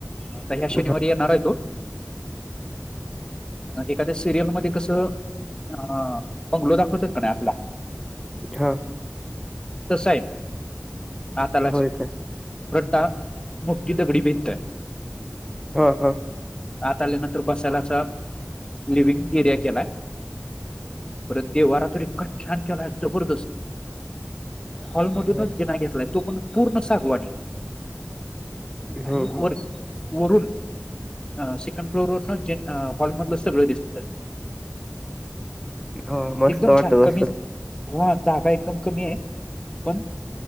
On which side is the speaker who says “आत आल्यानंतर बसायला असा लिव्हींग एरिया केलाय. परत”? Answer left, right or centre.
Left